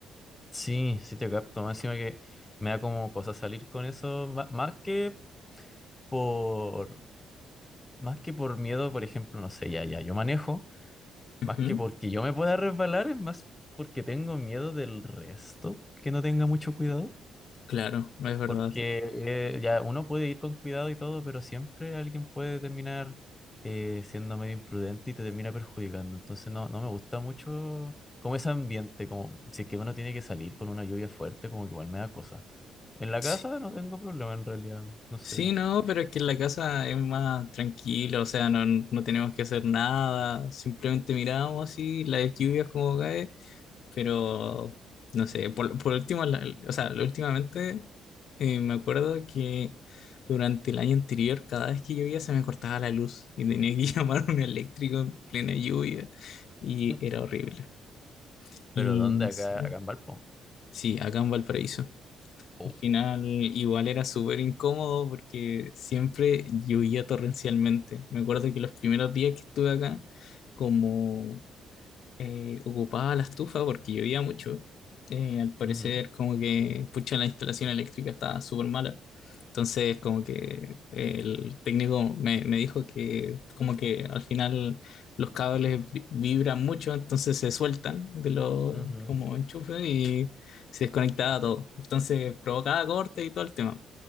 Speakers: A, on the left (about 15°); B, on the left (about 70°).
A: Sí, sí te capto. Más encima que me da como cosa salir con eso, ma- más, que por, más que por miedo, por ejemplo, no sé, ya, ya, yo manejo, más
B: Ujú,
A: que porque yo me pueda resbalar, es más porque tengo miedo del resto, que no tenga mucho cuidado.
B: Claro, es verdad.
A: Porque eh, ya uno puede ir con cuidado y todo, pero siempre alguien puede terminar eh, siendo medio imprudente y te termina perjudicando. Entonces no, no me gusta mucho como ese ambiente, como si es que uno tiene que salir con una lluvia fuerte, como que igual me da cosa. En la
B: Sí.
A: casa no tengo problema en realidad, no sé.
B: Sí, no, pero es que en la casa es más tranquilo, o sea, no, no tenemos que hacer nada, simplemente miramos así las lluvias como cae, pero no sé, por, por último, la- o sea, últimamente eh, me acuerdo que durante el año anterior, cada vez que llovía se me cortaba la luz y tenía que <laughs> llamar a un eléctrico en plena lluvia y
A: Mm.
B: era horrible. Y
A: Pero ¿dónde?
B: no
A: Acá,
B: sé,
A: acá en Valpo.
B: sí, acá en Valparaíso.
A: Oh.
B: Al final igual era súper incómodo porque siempre llovía torrencialmente. Me acuerdo que los primeros días que estuve acá, como eh, ocupaba la estufa porque llovía mucho. Eh, al parecer,
A: Ujú,
B: como que, pucha, la instalación eléctrica estaba súper mala. Entonces, como que eh, el técnico me, me dijo que, como que al final los cables vi- vibran mucho, entonces se sueltan de los
A: ujú.
B: como enchufes y se desconectaba todo. Entonces, provocaba cortes y todo el tema